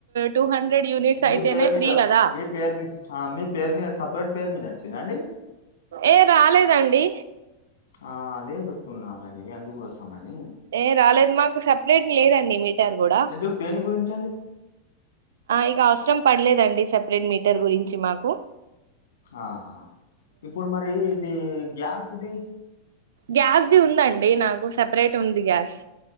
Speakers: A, on the right; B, on the left.
A: టూ హండ్రెడ్ యూనిట్స్
B: మీ
A: అయితేనే
B: పేరు మీద
A: ఫ్రీ కదా
B: మీ పేరు మీ మీ పేరు మీద సపరేట్ పే మీద వచ్చిందండి
A: ఏ రాలేదండి
B: ఆ అదే చెప్తున్నా మరి అందుకోస్తు సనే
A: ఏ రాలేదు మాకు సెపరేట్ లేదండి మీటర్ కూడా
B: ఎందుకు దేని గురించి అండి
A: ఇక అవసరం పడలేదండి సెపరేట్ మీటర్ గురించి మాకు
B: ఆహా ఇప్పుడు మరి ఇది గ్యాస్ది
A: గ్యాస్దిి ఉందండి నాకు సెపరేట్ ఉంది గ్యాస్